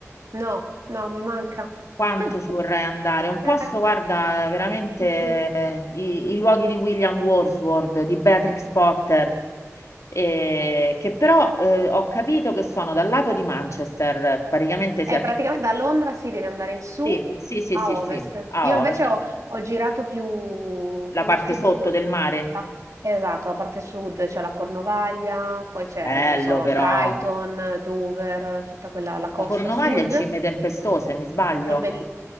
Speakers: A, on the right; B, on the left.
A: No, no, mi manca.
B: Quanto
A: <laughs>
B: ci vorrei andare? Un posto,
A: Eh,
B: guarda, veramente
A: sì, sì.
B: eh, i, i luoghi di William Wordsworth, di Beatrix Potter eh, che però eh, ho capito che sono dal lato di Manchester, praticamente
A: Eh,
B: si è
A: praticamente da Londra si deve andare in su
B: Sì, sì, sì,
A: a
B: sì,
A: ovest.
B: sì, a
A: Io invece
B: ovest,
A: ho, ho girato più,
B: la
A: conosco
B: parte sotto
A: di più la,
B: del mare.
A: la- esatto, la parte sud, c'è la Cornovaglia, poi c'è,
B: Bello
A: non so,
B: però.
A: Brighton, Dover, tutta quella, la costa
B: La Cornovaglia
A: sud.
B: è cime tempestose, mi sbaglio?
A: È bell-